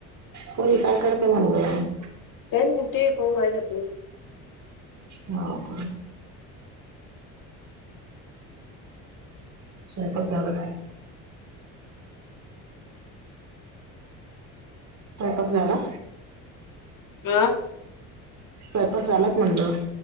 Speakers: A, on the right; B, on the left.
A: पोरी काय करताय म्हणलं?
B: काई नाई ते पाहू राहिल्या पोरी
A: हाव का? स्वयंपाक झाला का स्वयंपाक झाला?
B: अ
A: स्वयंपाक झाला का म्हणलं